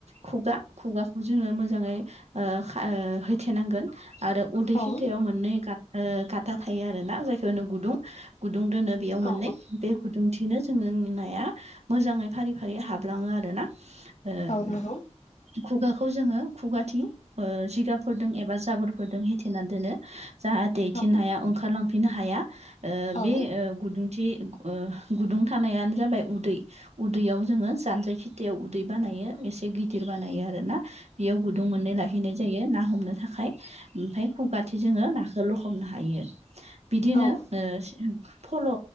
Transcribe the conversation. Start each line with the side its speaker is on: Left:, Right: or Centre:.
Right: खुगा खुगाखौ जोङो मोजाङै ओ खा ओ हैथेनांगोन आरो उदै
Left: औ
Right: खिथायाव मोननै गाथ ओ गाथा थायो आरोना जायखौ होनो गुदुं गुदुं दोनो बेयाव मोननै
Left: औ
Right: बे गुदुंथिंनो जोङो नि नाया मोजाङै फारि फारि हाबलाङो आरो ना। ओम
Left: औ नंगौ
Right: खुगाखौ जोङो खुगाथिं ओ जिगाबफोरदों एबा जाबोरफोरदों हे थेना दोनो जाहाथे थेनाया
Left: औ
Right: ओंखारलांफिनो हाया ओ
Left: औ
Right: बे ओ गुदुंथि ओ गुदुं थानायानो जाबाय उदै। उदैयाव जोङो जानजाय खिथायाव उदै बानायो एसे गिदिर बानायो आरो ना। बेयाव गुदुं मोननै लाहैनाय जायो ना हमनो थाखाय ओमफाय खुगाथि जोङो नाखो लखबनो हायो बिदिनो
Left: औ
Right: ओ फल'